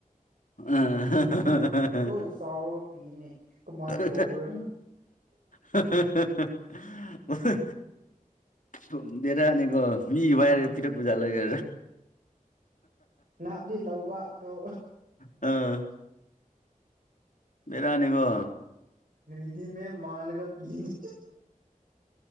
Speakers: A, on the left (about 65°); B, on the right (about 75°).
A: ꯑ ꯍ ꯍ ꯍ ꯍꯍꯍ
B: ꯂꯣꯏ ꯆꯥꯎꯔꯒ ꯄꯤꯅꯤ ꯀꯃꯥꯏꯅ
A: <inaudible> ꯍ
B: ꯇꯧꯕ꯭ꯔꯥ
A: ꯍ ꯍ ꯍ ꯋꯍ ꯑꯁꯊꯨꯝꯗꯦꯗ ꯅꯤꯒꯣ ꯃꯤꯏ ꯋꯥꯏꯔ
B: ꯎꯝ
A: ꯄꯤꯔꯛꯄ ꯖꯥꯠꯂꯒ
B: ꯅꯥꯞꯗꯤ ꯂꯧꯕ ꯑꯗꯣ
A: ꯑꯥ ꯕꯤꯔꯌꯥꯅꯤꯒꯣ
B: ꯔꯦꯗꯤ ꯃꯦ ꯃꯥꯜꯂꯒ ꯄꯤꯅꯤ